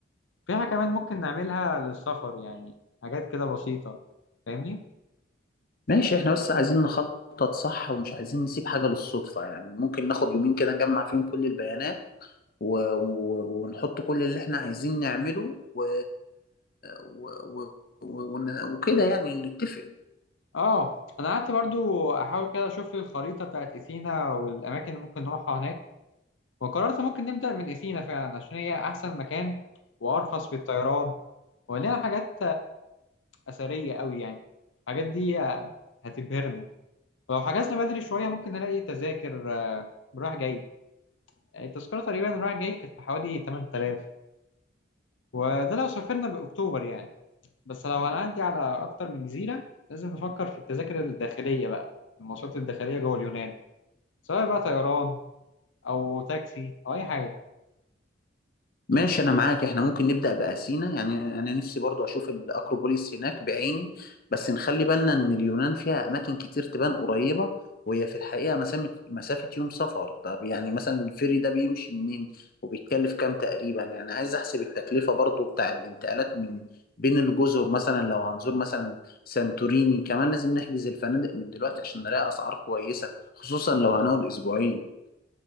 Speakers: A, on the left; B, on the left.
A: فيها كمان ممكن نعملها للسفر يعني حاجات كده بسيطة فاهمني؟
B: ماشي احنا بس عايزين نخطط صح ومش عايزين نسيب حاجة للصدفة يعني ممكن ناخد يومين كده نجمع فيهم كل البيانات و... و... ونحط كل اللي احنا عايزين نعمله و... و... و... و... ون- وكده يعني نتفق
A: اه انا قعدت برضو احاول كده اشوف لي الخريطه بتاعت اثينا والاماكن اللي ممكن نروحها هناك وقررت ممكن نبدا من اثينا فعلا عشان هي احسن مكان وارخص في الطيران ولينا حاجات اثريه قوي يعني الحاجات دي هتبهرنا ولو حجزنا بدري شويه ممكن نلاقي تذاكر آه، رايح جاي التذكره تقريبا رايح جاي كانت بحوالي 8000 وده لو سافرنا باكتوبر يعني بس لو هنعدي على اكتر من جزيره لازم نفكر في التذاكر الداخليه بقى المواصلات الداخليه جوه اليونان سواء بقى طيران او تاكسي او اي حاجه
B: ماشي انا معاك احنا ممكن نبدا باثينا يعني انا نفسي برضو اشوف الاكروبوليس هناك بعيني بس نخلي بالنا ان اليونان فيها اماكن كتير تبان قريبه وهي في الحقيقه مسافه مسافه يوم سفر طب يعني مثلا الفيري ده بيمشي منين وبيتكلف كام تقريبا يعني عايز احسب التكلفه برضو بتاع الانتقالات من بين الجزر مثلا لو هنزور مثلا سانتوريني كمان لازم نحجز الفنادق من دلوقتي عشان نلاقي اسعار كويسه خصوصا لو هنقعد اسبوعين